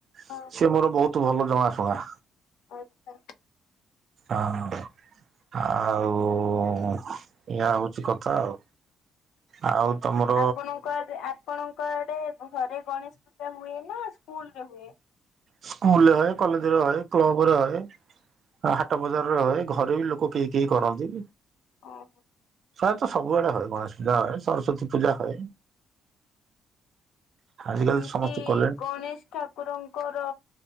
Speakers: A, on the left; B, on the right.
A: ହଁ
B: ସିଏ ମୋର ବୋହୁ ତୁ ଭଲ ଜଣାଶୁଣା।
A: ଆଚ୍ଛା।
B: ଆଁଉ ଆଉ ଉଁ ଏଇୟା ହୋଉଚି କଥା ଆଉ। ଆଉ ତମର
A: ଆପଣଙ୍କ ଆଡେ ଆପଣଙ୍କ ଆଡେ ଘରେ ଗଣେଶ ପୂଜା ହୁଏ ନା ସ୍କୁଲରେ ହୁଏ?
B: ସ୍କୁଲରେ ହଏ କଲେଜରେ ହଏ କ୍ଲବରେ ହ‌ଏ। ଆ ହାଟ ବଜାରରେ ହୋଏ ଘରେ ବି ଲୋକ କେହି କେହି କରନ୍ତି।
A: ଓହୋ।
B: ପ୍ରାୟତଃ ସବୁଆଡେ ହଏ ଗଣେଶ ପୂଜା ଏ ସରସ୍ଵତୀ ପୂଜା ହଏ। ଆଜିକାଲି
A: <unintelligible>
B: ତ ସମସ୍ତେ କଲେଣି।
A: ଗଣେଶ ଠାକୁରଙ୍କର